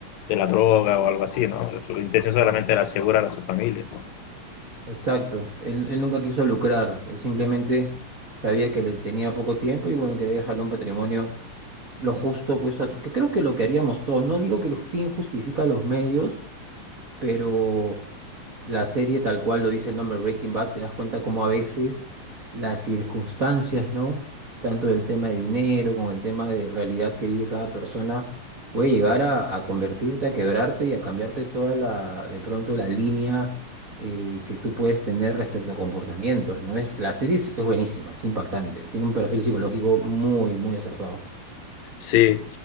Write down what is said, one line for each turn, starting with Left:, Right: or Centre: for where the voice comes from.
Left: de la droga o algo así, ¿no? Su intención solamente era asegurar a su familia.
Right: Exacto, él, él nunca quiso lucrar, él simplemente sabía que le tenía poco tiempo y bueno, quería dejarle un patrimonio lo justo, pues, a su- que creo que lo que haríamos todos, no digo que el fin justifica los medios, pero la serie tal cual lo dice el nombre Breaking Bad, te das cuenta cómo a veces las circunstancias, ¿no? Tanto del tema de dinero, con el tema de realidad que vive cada persona, puede llegar a, a convertirte, a quebrarte y a cambiarte toda la, de pronto la línea eh, que tú puedes tener respecto a comportamientos, ¿no? Es, la serie es es buenísima, es impactante, tiene un perfil psicológico muy, muy acertado.
Left: Sí,